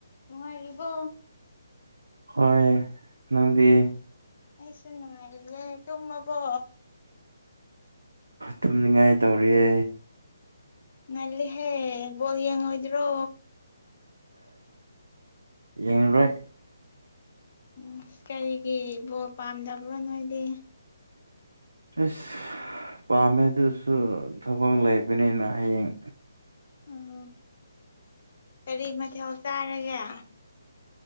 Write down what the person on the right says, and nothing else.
ꯍꯣꯏ ꯅꯪꯗꯤ
ꯇꯨꯝꯅꯤꯡꯉꯥꯏ ꯇꯧꯔꯤꯌꯦ
ꯌꯦꯡꯔꯣꯏ
ꯑꯁ ꯄꯥꯝꯃꯦ ꯑꯗꯨꯁꯨ ꯊꯕꯛ ꯂꯩꯕꯅꯤꯅ ꯍꯌꯦꯡ